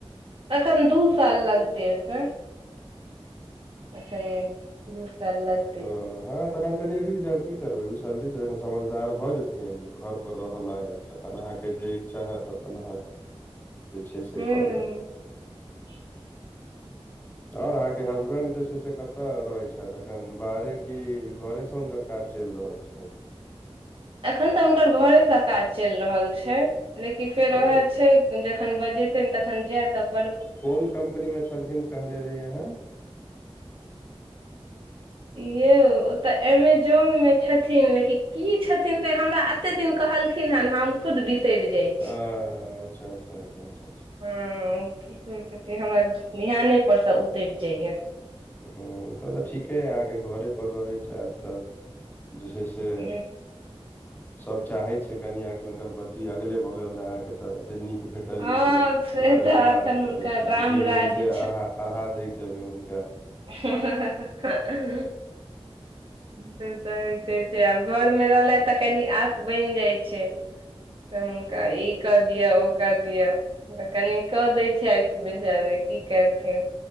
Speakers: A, on the right; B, on the left.
A: एखन दू साल लगतै एखन अ <unintelligible> <unintelligible>
B: ओ हँ तखन कनि रुकि जाउ की कि करबै दू साल रूकि जखन समझदार भऽ जेथिन घर पर रहय लायग तखन अहाँके जे इच्छा हैत त <unintelligible> जे छै से
A: हूँ
B: कऽ लेब
A: <unintelligible>
B: और अहाँके हसबेंड जे छै से कतय रहै छथि अखन बाहरे की घरे से हुनकर काज चलि रहल छै
A: एखन तऽ हुनकर घरेसँ काज चलि रहल छै लेकिन फेर
B: ओ
A: ओएह छै। जखन बजेते तखन जाय तब। <unintelligible>
B: कोन कम्पनी मे छलखिन कहने रहहि अहाँ।
A: यौ ओ तऽ एमेजोनमे छथिन लेकिन की छथिन से हमरा? कते दिन कहलखिन हन हम खुद बिसरि। जाइ
B: ह अच्छा- अच्छा-अच्छा। <unintelligible>
A: ह की कहे छथि हमरा ध्याने पर से उतेर जाइय।
B: हम्म तब तऽ ठीके यै अहाँके घरे पर रहैत छैथ तऽ जे छै से
A: ह
B: सब चाहे छै कनियाके हुनकर पति अगले बगल रहे अहाँके तऽ एते नीक भेटल
A: हँ
B: त लिखी
A: से
B: घरेसँ
A: तऽ एखन
B: काज
A: हुनकर
B: करै छथि
A: राम
B: जे
A: राज्य
B: मोन से अढ़ा अढ़ाह दैत हेबै हुनका
A: हा हा हा <unintelligible>
B: <inaudible>
A: से तऽ होइते छै आब घर मे रहलथि तऽ कनि आस बनि जाइ छै तऽ हुनका
B: हूँ
A: ई कऽ दियअ ओ कऽ दियअ त कनि कऽ दैत छैथ बिचारे की करथिन